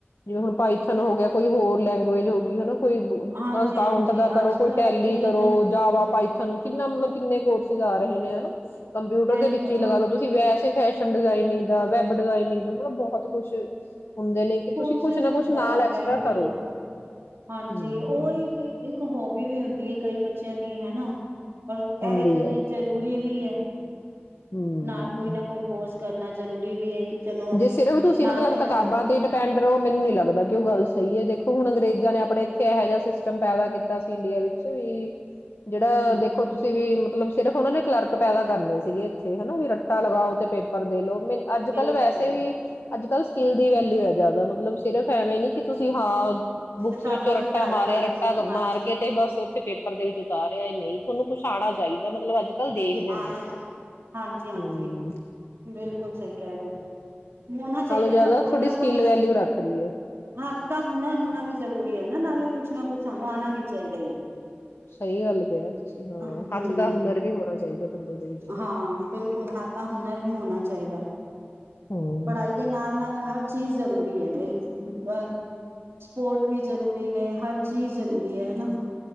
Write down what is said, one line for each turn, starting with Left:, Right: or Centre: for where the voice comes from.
Left: ਜਿਵੇਂ ਹੁਣ ਪਾਈਥਨ, ਹੋ ਗਿਆ ਕੋਈ ਹੋਰ ਲੈਂਗੁਏਜ, ਹੋ ਗਈ ਹੇਨਾ ਕੋਈ - ਬ
Right: ਹਾਂਜੀ
Left: - ਅਕਾਉਂਟ
Right: ਹਾਂਜੀ
Left: ਦਾ ਕਰੋ
Right: ਅੱਜ
Left: ਕੋਈ
Right: ਕੱਲ
Left: ਟੈਲੀ
Right: ਤੇ
Left: ਕਰੋ
Right: ਜਿੰਨਾ
Left: ਜਾਵਾ ਪਾਈ ਸ ਕਿੰਨਾ ਮਤਲਬ ਕਿੰਨੇ ਕੋਰਸਿਸ ਆ ਰਹੇ ਨੇ ਹੇਨਾ ਕੰਪਿਊਟਰ ਦੇ
Right: ਇਹੀ
Left: ਵਿੱਚ
Right: ਹੈ
Left: ਹੀ
Right: ਨਾ
Left: ਲਗਾ ਲਓ ਤੁਸੀਂ ਵੈਸੇ ਫੈਸ਼ਨ ਡਿਜ਼ਾਇਨਿੰਗ, ਦਾ ਵੈੱਬ ਡਿਜ਼ਾਇਨਿੰਗ, ਦਾ ਮਤਲਬ ਬਹੁਤ ਕੁਛ ਹੁੰਦੇ ਨੇ, ਕਿ
Right: ਕੋਰਸਿਸ
Left: ਤੁਸੀਂ ਕੁਛ ਨਾ ਕੁਛ ਨਾਲ
Right: ਬਹੁਤ
Left: ਐਕਸਟਰਾ
Right: ਹੈ ਬਿਲਕੁਲ
Left: ਕਰੋ।
Right: ਹਾਂਜੀ,
Left: ਹਮ
Right: ਉਹੀ ਤੇ ਇੱਕ ਹੋਬੀ ਵੀ ਹੁੰਦੀ ਹੈ, ਕਈ ਬੱਚਿਆਂ ਦੀ ਹੈਨਾ ਪਰ
Left: ਹੁੰਦੀ
Right: ਇਹ ਜਰੀ
Left: ਹੈ
Right: ਜ਼ਰੂਰੀ ਵੀ ਹੈ।
Left: ਹਮ
Right: ਨਾਲ ਕੋਈ ਨਾ ਕੋਈ ਕੋਰਸ ਕਰਨਾ ਜ਼ਰੂਰੀ ਵੀ ਹੈ। ਕਿ ਚਲੋ ਅੱਗੇ
Left: ਜੇ ਸਿਰਫ ਤੁਸੀਂ
Right: ਨਾਲ
Left: ਮਤਲਬ
Right: ਦੇ
Left: ਕਿਤਾਬਾਂ
Right: ਨਾਲ ਹੀ
Left: ਤੇ ਡਿਪੈਂਡ ਰਹੋ ਮੈਨੂੰ ਨੀ ਲੱਗਦਾ ਕਿ ਉਹ ਗੱਲ ਸ ਸਹੀ ਹੈ। ਦੇਖੋ ਹੁਣ ਅੰਗਰੇਜ਼ਾਂ ਨੇ ਆਪਣੇ ਇੱਥੇ ਇਹੈ ਜਿਹਾ ਸਿਸ ਸਿਸਟਮ ਪੈਦਾ ਕੀਤਾ ਸੀ, ਇੰਡੀਆ ਵਿੱਚ ਵੀ ਜਿਹੜਾ
Right: ਹਮ
Left: ਦੇਖੋ ਤੁਸੀਂ ਵੀ - ਮ ਮਤਲਬ ਸਿਰਫ ਉਹਨਾਂ ਨੇ ਕਲਰਕ ਪੈਦਾ ਕਰਨੇ ਸੀਗੇ ਇੱਥੇ ਹੈਨਾ ਵੀ ਰੱਟਾ ਲਗਾਓ ਤੇ ਪੇਪਰ ਦੇ ਲੋ ਮੈਨੂੰ ਅੱਜ ਕੱਲ
Right: ਪੇਪਰ
Left: ਵੈਸੇ
Right: ਦੇ
Left: ਤੇ
Right: ਦੋ
Left: ਇਹ ਵੀ ਅੱਜ ਕੱਲ੍ਹ ਸਕਿੱਲ ਦੀ ਵੈਲਿਊ ਹੈ ਜ਼ਿਆਦਾ ਮਤਲਬ ਸਿਰਫ ਐਵੇਂ ਨੀ ਕਿ ਤੁਸੀਂ ਹਾਂ ਬੁੱਕਸ
Right: ਕਿਤਾਬਾਂ
Left: ਵਿੱਚੋਂ ਰੱਟਾ
Right: ਦੀ ਪੜ੍ਹਾਈ
Left: ਮਾਰਿਆ
Right: ਕਰ
Left: ਰੱਟਾ
Right: ਲਈਏ
Left: -
Right: ਹਾਂਜੀ
Left: ਮਾਰ ਕੇ ਤੇ ਬਸ ਉੱਥੇ ਪੇਪਰ ਪੇਪਰ ਦੇ ਵਿੱਚ ਉਤਾਰਿਐ ਨਹੀਂ ਤੁਹਾਨੂੰ ਕੁਛ ਆਣਾ ਚਾਹੀਦਾ ਮਤਲਬ ਅੱਜ ਕੱਲ੍ਹ ਦੇਖਦੇ
Right: ਆਣਾ
Left: ਨੇ,
Right: ਹਾਂਜੀ ਹਾਂਜੀ
Left: ਹੂੰ
Right: ਬਿਲਕੁਲ ਸਹੀ ਕਹਿ ਹੇ ਹੋ ਹੋਣਾ ਚਾਹੀਦਾ
Left: ਜ਼ਿਆਦਾ
Right: ਨਾ ਕੋਈ
Left: ਤੁਹਾਡੀ
Right: ਨਾ
Left: ਸਕਿੱਲ
Right: ਕੋਈ,
Left: ਵੈਲਿਊ ਰੱਖਦੀ ਹੈ
Right: ਹੱਥ ਦਾ ਹੁਨਰ ਹੋਣਾ ਵੀ ਜ਼ਰੂਰੀ ਹੈ ਨਾ ਨਾਲੇ ਕੁਛ ਕੁਛ ਨਾ ਕੁੱਛ ਸਾਨੂੰ ਆਣਾ ਵੀ ਚਾਹੀਦਾ ਹੀ ਐ
Left: ਸਹੀ ਗੱਲ ਕਿਹਾ ਹੈ ਤੁਸੀਂ ਹਾਂ
Right: ਹਮ
Left: ਹੱਥ ਦਾ ਹੁਨਰ ਵੀ ਹੋਣਾ ਚਾਹੀਦਾ ਬੰਦੇ ਦੇ ਵਿੱਚ ਨਾ।
Right: ਹਾਂ ਬਿਲਕੁਲ ਹੱਥ ਹੁਨਰ ਵੀ ਹੋਣਾ ਚਾਹੀਦਾ।
Left: ਹੂੰ
Right: ਪੜ੍ਹਾਈ ਦੇ ਨਾਲ ਨਾਲ ਹਰ ਚੀਜ਼ ਜ਼ਰੂਰੀ ਹੈ ਬਈ ਅ ਸਪੋਰਟ ਵੀ ਜ਼ਰੂਰੀ ਨੇ ਹਰ ਚੀਜ਼ ਜ਼ਰੂਰੀ ਹੈ ਹਨਾ